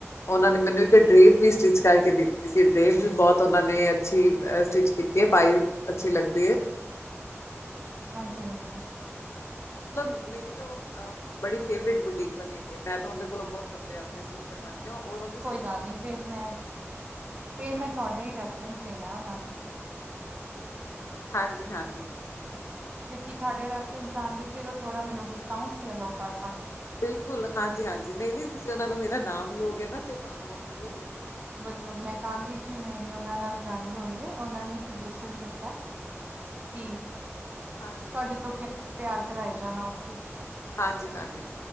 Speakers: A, on the left; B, on the right.
A: ਓਨਾਂ ਨੇ ਮੈਨੂੰ ਇੱਕ
B: ਠੀਕ
A: ਡਰੇਪ
B: ਹੈ
A: ਵੀ ਸਟਿਚ ਕਰਕੇ ਦਿੱਤ ਤੀ ਸੀ ਡਰੇਪ ਵੀ ਬੋਤ ਓਨਾਂ ਨੇ ਅੱਛੀ ਸਟਿਚ ਕੀਤੀ ਐ ਪਾਈ ਅੱਛੀ ਲੱਗਦੀ ਐ।
B: ਹਾਂਜੀ ਹਾਂਜੀ
A: ਮਤਲਬ ਮੇਰੀ ਤਾਂ ਓ ਅ ਬੜੀ ਫੇਵਰੇਟ ਬੁਟੀਕ ਵਾਲੀ ਹੈਗੀ ਐ ਮੈਂ ਤਾਂ ਓਦੇ ਕੋਲੋਂ ਬੋਤ ਕੱਪੜੇ ਆਪਣੇ ਸਟਿਚ ਕਰਵਾਨੀ ਆ ਔਰ ਉਹਦੀ
B: ਕੋਈ
A: ਸਟਿਚਿੰਗ
B: ਗੱਲ
A: ਵੀ
B: ਨੀ
A: ਬਹੁਤ
B: ਫੇਰ
A: ਅੱਛੀ
B: ਮੈਂ
A: ਹੈ ਕੱਪੜੇ
B: ਫੇਰ ਮੈਂ ਤੁਹਾਡਾ ਹੀ ਰੈਫਰੈਂਸ ਦੇਣਾ ਓਨਾਂ ਨੂੰ।
A: ਹਾਂਜੀ ਹਾਂਜੀ
B: ਕਿਉਂਕਿ ਤੁਹਾਡੇ ਰੈਫਰਸ ਦਾਂਗੀ ਫਿਰ ਓ ਥੋੜਾ ਮੈਨੂੰ ਡਿਸਕਾਊਟ ਵੀ ਅਲੋ ਕਰ ਸਕ
A: ਬਿਲਕੁੱਲ ਹਾਂਜੀ ਹਾਂਜੀ ਨਈ ਨਈ ਤੁਸੀਂ ਓਨਾ ਨੂੰ ਮੇਰਾ ਨਾਮ ਲਓਗੇ ਨਾ ਤੇ ਤੁਹਾਨੂੰ ਓ ਜ਼ਰੂਰ ਡਿਸ਼
B: ਬਿਲਕੁੱਲ ਮੈਂ ਕਹਾਂਗੀ ਕਿ ਮੇਰੀ ਓਨਾਂ ਨਾਲ ਗੱਲ ਹੋਈ ਐ ਓਨਾਂ ਨੇ ਸੁਜੈਸ਼ਨ ਦਿੱਤਾ ਕਿ ਤੁਹਾਡੇ
A: ਹਾਂਜੀ-ਹਾਂਜੀ
B: ਤੋਂ ਕੇ ਤਿਆਰ ਕਰਾਏ ਜਾਣ ਆਊਟਫਿਟ।
A: ਹਾਂਜੀ ਹਾਂਜੀ